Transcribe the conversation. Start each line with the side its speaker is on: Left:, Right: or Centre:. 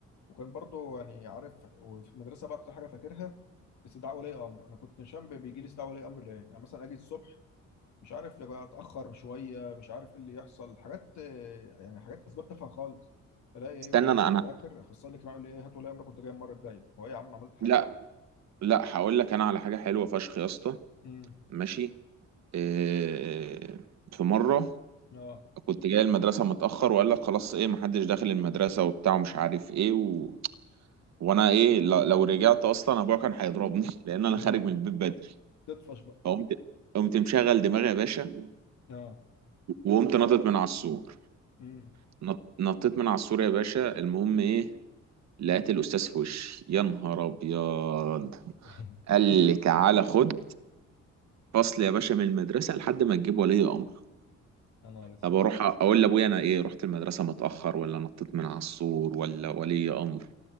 Left: وكان برضو يعني عارف وفي المدرسه بقى اكتر حاجه فاكرها استدعاء ولي امر انا كنت نشان بيجي لي استدعاء ولي امر ليه يعني مثلا اجي الصبح مش عارف يبقى اتاخر شويه مش عارف ايه اللي يحصل حاجات آه، يعني حاجات اسباب تافهه خالص الاقي
Right: استنى
Left: ايه وانا ماشي
Right: انا انا
Left: في الاخر اخصائي الاجتماعي يقول لي ايه هات ولي امرك كنت جاي المره الجايه هو ايه يا عم أنا عملت حاجه
Right: لا لا هقول لك انا على حاجه حلوه فشخ يا اسطى
Left: امم
Right: ماشي إيه في مره
Left: اه
Right: كنت جاي المدرسه متاخر وقال لك خلاص ايه محدش داخل المدرسه وبتاع ومش عارف ايه و... وانا ايه ل- لو رجعت اصلا ابويا كان هيضربني <laughs> لان انا
Left: <laughs>
Right: خارج
Left: اه
Right: من البيت بدري
Left: تطفش بقى
Right: فقمت قمت مشغل دماغي يا باشا
Left: اه
Right: وقمت نطت من على السور
Left: امم
Right: نط... نطيت من على السور يا باشا المهم ايه لقيت الاستاذ في وشي يا نهار ابيض
Left: <laughs>
Right: قال لي تعالى خد فصل يا باشا من المدرسه لحد ما تجيب ولي امر
Left: يا نهار اسود
Right: طب اروح اقول لابويا انا ايه رحت المدرسه متاخر ولا نطيت من على السور ولا ولي امر